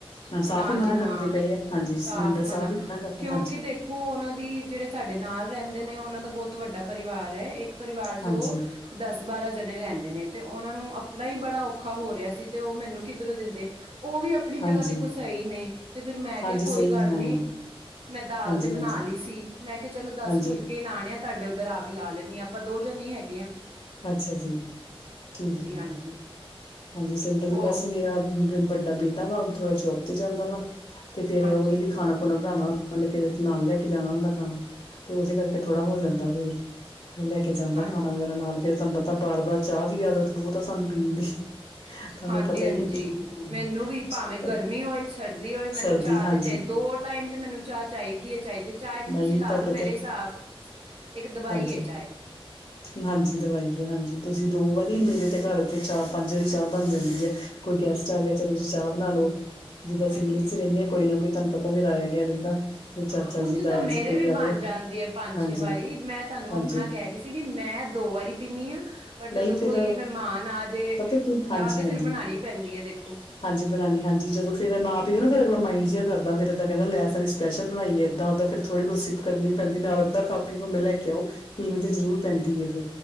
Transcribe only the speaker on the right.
ਨਾ
ਜੀ ਨਾ
ਸਾਫ਼
ਮਨਾ
ਕਿਉਂਕਿ
ਦੇਖੋ। ਉਹਨਾਂ ਦੀ ਜਿਹੜੇ ਸਾਡੇ ਨਾਲ ਰਹਿੰਦੇ ਨੇ ਉਹ ਉਹਨਾਂ ਦਾ ਬਹੁਤ ਵੱਡਾ ਪਰਿਵਾਰ ਹੈ। ਇੱਕ ਪਰਿਵਾਰ ਚ
ਉਹ ਦਸ-ਬਾਰਾਂ ਜਣੇ ਰਹਿੰਦੇ ਨੇ ਤੇ, ਉਹਨਾਂ ਨੂੰ ਆਪਣਾ ਹੀ ਬੜਾ ਔਖਾ ਹੋ ਰਿਹਾ ਸੀ, ਤੇ ਉਹ ਮੈਨੂੰ ਕਿੱਧਰੋ ਦਿੰਦੇ। ਉਹ ਵੀ ਆਪਣੀ
ਜਗ੍ਹਾ ਦੇਖੋ ਸਹੀ ਨੇ, ਤੇ ਫਿਰ ਮੈਂ ਕਿਹਾ
ਕੋਈ ਗੱਲ
ਨੀ। ਮੈਂ ਦਾਲ
ਤੇ ਬਣਾਲੀ ਸੀ, ਮੈਂ ਕਿਹਾ ਚਲੋ ਦਸ
ਫੁਲਕੇ
ਲਾਣੇ ਆ, ਤੁਹਾਡੇ ਉੱਧਰ ਆਕੇ ਲਾ ਲੈਂਨੀ ਹਾਂ, ਆਪਾਂ ਦੋ ਜਣੇ ਈ, ਹੈਗੇ ਆਂ।
ਹਾਂਜੀ
ਹੋ
ਹਾਂਜੀ
ਹਾਂ
ਹਾਂਜੀ-ਹਾਂਜੀ
ਮੈਨੂੰ ਵੀ।
ਭਾਵੇਂ
ਗਰਮੀ ਹੋਏ, ਸਰਦੀ ਹੋਏ ਮੈਨੂੰ
ਚਾਹ
ਤੇ ਚਾਹੇ ਦੋ ਟਾਈਮ ਤੇ, ਮੈਨੂੰ ਚਾਹ ਚਾਹੀਦੀ ਹੈ, ਚਾਹੀਦੀ। ਚਾਏ ਤੇ
ਤੁਸੀਂ ਲਾ
ਲਓ ਮੇਰੇ
ਹਿਸਾਬ, ਇੱਕ ਦਵਾਈ
ਹੈ ਚਾਏ।
ਹਾਂਜੀ
ਹਾਂ ਉਝ
ਤਾਂ ਮੇਰੇ
ਵੀ
ਬਣ
ਜਾਂਦੀ ਹੈ, ਪੰਜ-ਛੇ
ਵਾਰੀ ਮੈਂ ਤੁਹਾਨੂੰ
ਆਪਣਾ ਕਹਿ ਰਹੀ ਸੀਗੀ ''ਮੈਂ ਦੋ ਵਾਰੀ ਪੀਂਦੀ ਹਾਂ ਪਰ
ਜਦੋਂ
ਕੋਈ ਮਹਿਮਾਨ ਆਜੇ
ਤਾਂ,
ਤੇ ਫਿਰ
ਬਣਾਣੀ ਪੈਂਦੀ ਹੈ ਦੇਖੋ।